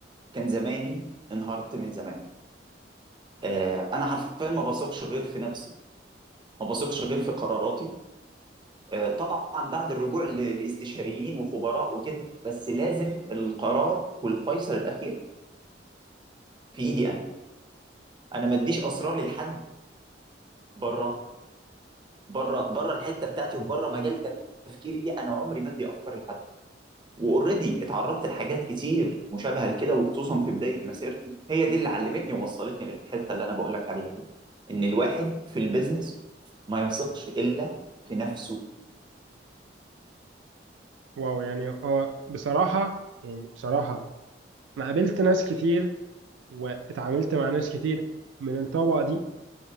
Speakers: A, on the right; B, on the right.
A: كان زماني انهارت من زمان آه انا حرفيا ما بثقش غير في نفسي ما بثقش غير في قراراتي آه طبعا بعد الرجوع ل- لاستشاريين وخبراء وكده بس لازم القرار والفيصل الاخير في ايدي انا انا ما اديش اسراري لحد بره بره بره الحته بتاعتي وبره مجال تفكيري دي انا عمري ما ادي افكار لحد واوريدي اتعرضت لحاجات كتير مشابهه لكده وخصوصا في بدايه مسيرتي هي دي اللي علمتني ووصلتني للحته اللي انا بقول لك عليها دي ان الواحد في البيزنس ما يثقش الا في نفسه
B: واو يعني هو بصراحة يعني بصراحة انا قابلت ناس كتير واتعاملت مع ناس كتير من الطبقة دي